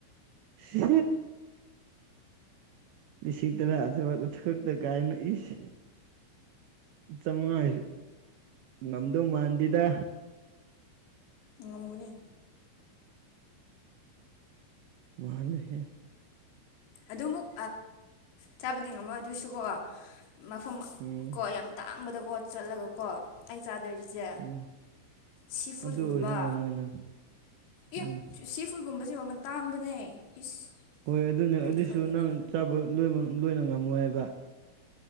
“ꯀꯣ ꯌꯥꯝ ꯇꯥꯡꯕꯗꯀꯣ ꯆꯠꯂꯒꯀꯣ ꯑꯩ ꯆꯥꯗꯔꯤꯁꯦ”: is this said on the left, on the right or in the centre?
Left